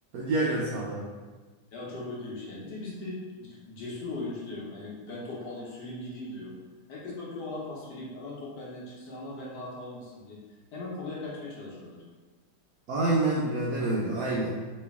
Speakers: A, on the right; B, on the left.
A: Diğer yarı sahada.
B: Ya o çok kötü bir şey. Bir de bizde cesur oyuncu da yok. Hani ben topu alayım süreyim gideyim de yok. Herkes bakıyor ona pas vereyim. Hemen top benden çıksın ama bende hata olmasın diye. Hemen kolaya kaçmaya çalışıyorlar.
A: Aynen birader öyle. Aynen.